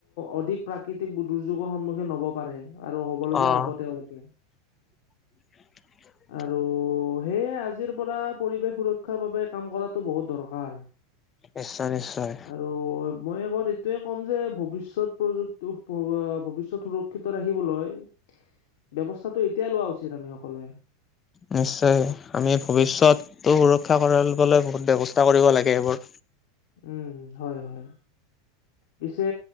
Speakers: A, on the left (about 65°); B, on the left (about 25°).
A: অধিক প্ৰাকৃতিক দুৰ্যোগৰ সন্মুখীন হ'ব পাৰে আৰু হ'বলগীয়া
B: অ',
A: হ'ব তেওঁলোকে
B: <inaudible>
A: আৰু সেয়ে আজিৰ পৰা পৰিৱেশ সুৰক্ষাৰ বাবে কাম কৰাতটো বহুত দৰকাৰ
B: নিশ্চয় নিশ্চয়
A: আৰু মই আগত এইটোৱে ক'ম যে ভৱিষ্যত প্ৰযুক্তি ভৱিষ্যত সুৰক্ষিত ৰাখিবলৈ ব্যৱস্থাটো এতিয়াই লোৱা উচিত আমি সকলোৱে
B: নিশ্চয় আমি ভৱিষ্যতটো সুৰক্ষা কৰিবলৈ বহুত ব্যৱস্থা কৰিব লাগে এইবোৰ
A: উম হয় হয় পিছে